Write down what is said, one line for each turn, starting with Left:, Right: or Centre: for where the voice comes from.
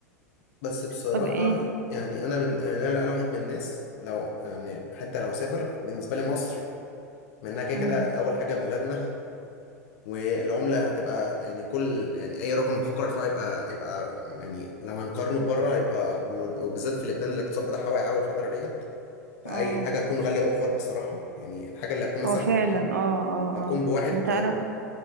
Left: بس بصراحة
Right: طب ايه
Left: يعني أنا بن... يعني أنا أنا واحد من الناس لو يعني حتى لو سافر بالنسبة لي مصر منها كده
Right: امم
Left: كده أول حاجة بلدنا والعملة هتبقى يعني كل يعني أي رقم بفكر فيه هيبقى هيبقى يعني لو هنقارنه بره هيبقى بم- وبالذات في لبنان الاقتصاد بتاعها واقع أول فترة ديت فأي
Right: اه
Left: الحاجة هتكون غالية أوفر بصراحة يعني الحاجة اللي هتكون مثلا
Right: هو فعلا
Left: بجنيه
Right: اه اه
Left: اللي
Right: اه
Left: هتكون بواحد
Right: انت عارف
Left: هت...